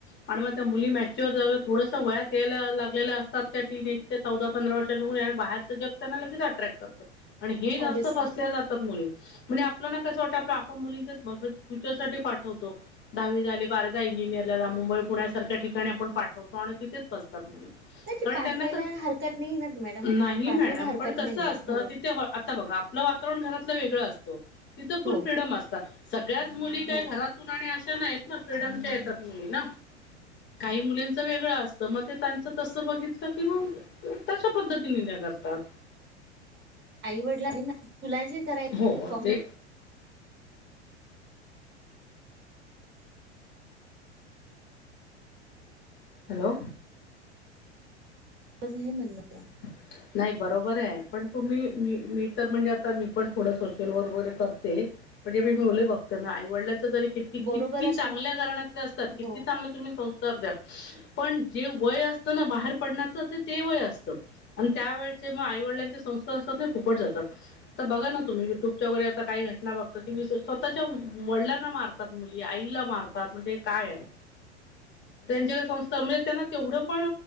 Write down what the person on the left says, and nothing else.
आणि मग त्या मुली मॅच्युअर झाल्यावर थोडस वयात यायला लागलेला अस तात टीनेजच्या चौदा पंधरा वर्षाच्या वय आणि बाहेरच जग त्यांना लगेच अट्रॅक्ट करत. आणि हे जास्त
फसल्या जातात मुली म्हणजे आपल्याला कसं वाटतं आप आपण मुलींच्या भवी- फ्युचर साठी पाठवतो. दहावी झाली बारावी झाली इंजिनियरला जा मुंबई पुण्यासारख्या ठिकाणी आपण पाठवतो आणि तिेथेच फसतात.
पण
त्यांना,
नाही
मॅडम
पण कस
असत
ते आता बघा आपलं वातावरण घरातलं वेगळं असतो तिथं फुल
फ्रीडम असता. सगळ्याच मुली का
घरातून आणि अशा नाहीत. फ्रीडमच्या येतात मुली ना काही मुलींच वेगळं असतं मग ते त्यांच तस बघितलं कि मग तशा पद्धतीने न करतात.
हो ते हॅलो
<unintelligible> नाही बरोबर आहे पण तुम्ही मी मी तर म्हणजे आता मी पण थोडं सोशल वर्क वगैरे करते म्हणजे मीी मुले बघतो ना आईवडल्याच जरी कि
किती
चांगल्या कारणले असतात किती
चांगलं तुम्ही संस् द्या पण जे वय असतना बाहेर पडण्याच ते ते वेय असतं आणि त्यावेेळेचे मग आई वडिलांचे संस्कार असतात ना फुकट जातात आता बघा ना तुम्ही युट्यूबच्या वगैरेता काही घटना बघता कि स्वतःच्या वडिलांना मारतात मुली आईला मारतात म्हणजे काय आहे त्यांच्या काडे संस्कारा म्हणजे त्यांना तेवढं पण